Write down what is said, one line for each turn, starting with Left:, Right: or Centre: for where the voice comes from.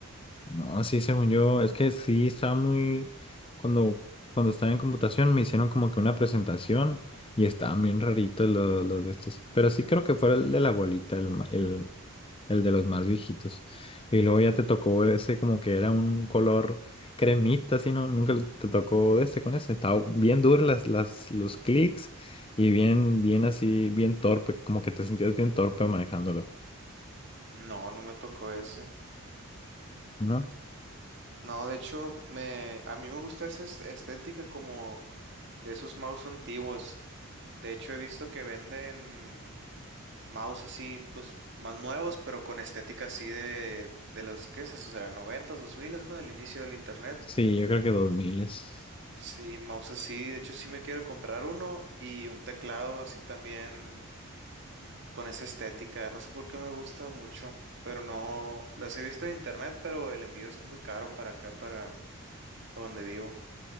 Left: No, sí, según yo, es que sí estaba muy, cuando, cuando estaba en computación me hicieron como que una presentación y estaban bien raritos los, los de estos, pero sí creo que fue el de la bolita, el, ma- el, el de los más viejitos. Y luego ya te tocó ese como que era un color cremita, así, ¿no? Nunca te tocó de este con ese, estaba bien duro las, las, los clics y bien, bien así, bien torpe, como que te sentías bien torpe manejándolo,
Right: No, no me tocó ese.
Left: ¿no?
Right: No, de hecho, me, a mí me gusta esa est- estética como de esos mouse antiguos. De hecho, he visto que venden mouse así, pues, más nuevos, pero con estética así de, de los, ¿qué es eso? Será noventas, dos miles, ¿no? El inicio del internet.
Left: Sí, yo creo que dos mil es
Right: Sí, mouse así. De hecho, sí me quiero comprar uno y un teclado así también con esa estética. No sé por qué me gusta mucho, pero no las he visto en internet, pero el envío está muy caro para acá, para donde vivo.